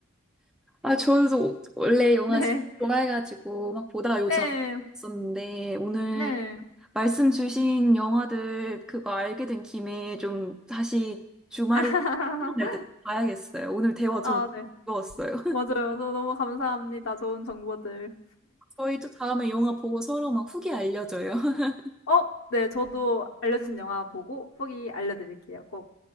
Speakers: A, in the centre; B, on the left.
A: 아, 저도 원래 영화
B: <laughs>
A: 진짜 좋아해가지고 막 보다가 요즘
B: 네.
A: 안
B: 네.
A: 봤었는데 오늘
B: 네.
A: 말씀 주신 영화들 그거 알게 된 김에 좀 다시 주말이
B: <laughs>
A: 시간 날때 봐야겠어요. 오늘 대화 전
B: 아 네.
A: 즐거웠어요.
B: 맞아요. 저 너무 감사합니다. 좋은 정보들.
A: 저희도 다음에 영화 보고 서로 막 후기 알려줘요. <laughs>
B: 어 네. 저도 알려 주신 영화 보고 후기 알려 드릴게요, 꼭.